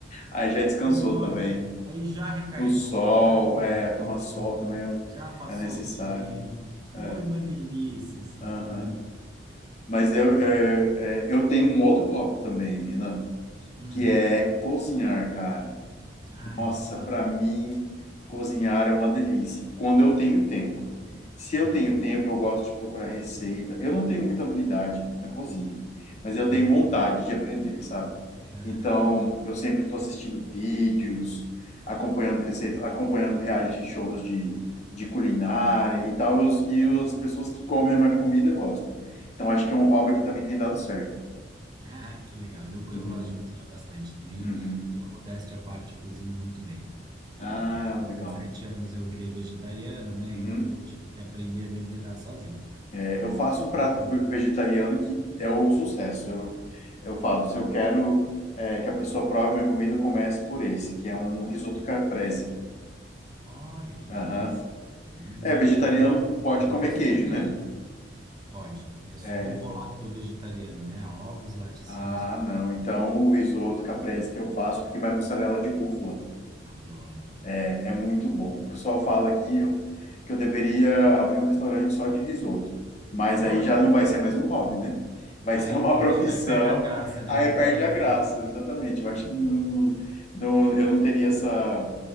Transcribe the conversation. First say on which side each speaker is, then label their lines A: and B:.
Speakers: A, on the left; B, on the right.
A: Aí já descansou
B: Foi ótimo.
A: também.
B: Aí já recarregou,
A: No sol,
B: já descansou.
A: é, tomar sol também é um,
B: Já passou
A: é necessário.
B: o tempo, foi
A: É,
B: uma delícia, sim,
A: aham.
B: foi uma.
A: Mas eu,
B: delícia.
A: eu, é, eu tenho um outro hobby também, Renan,
B: Hum,
A: que é cozinhar, cara.
B: ai,
A: Nossa,
B: gosto.
A: para mim, cozinhar é uma delícia, quando eu tenho tempo. Se
B: Ah,
A: eu tenho tempo, eu gosto de procurar receita. Eu não tenho muita habilidade na cozinha, mas eu
B: é,
A: tenho vontade de aprender, sabe?
B: ah,
A: Então, eu sempre estou assistindo vídeos, acompanhando receitas, acompanhando reality shows de, de culinária e tal, e os- e as pessoas que comem a minha comida gostam. Então, acho que é um hobby que também tem dado certo.
B: <laughs> ah, que legal. Eu,
A: Uhum,
B: eu gosto de cozinhar bastante também,
A: uhum.
B: e eu, modéstia à parte, eu cozinho muito bem.
A: Ah,
B: É, com
A: legal.
B: 17 anos eu virei vegetariano, né?
A: Uhum.
B: Então eu tive que aprender a me virar sozinho.
A: É, eu faço um prato
B: Desde então.
A: ve- vegetariano que é o sucesso. Eu, eu falo, se eu quero é, que a pessoa prove minha comida, eu começo por esse, que é um risoto caprese.
B: Olha que delícia.
A: Aham.
B: Hum,
A: É,
B: vou
A: vegetariano
B: querer, quando eu for para
A: pode
B: Mato
A: comer
B: Grosso,
A: queijo,
B: eu vou querer,
A: né?
B: hein? Pode. Eu sou
A: É.
B: ovo-lacto vegetariano, né? Ovos, laticínios
A: Ah,
B: e vegetais.
A: não. Então o risoto caprese que eu faço, porque vai mussarela de búfala.
B: Adoro.
A: É, é muito bom. O pessoal fala que eu, que eu deveria abrir um restaurante só de risoto, mas
B: Olha,
A: aí já não vai ser mais um hobby, né? Vai
B: aí
A: ser uma
B: deixa,
A: <laughs> profissão,
B: aí perde a graça, né?
A: aí perde
B: Aí perde
A: a graça,
B: a
A: exatamente. Eu
B: graça.
A: acho que não, não, eu não teria essa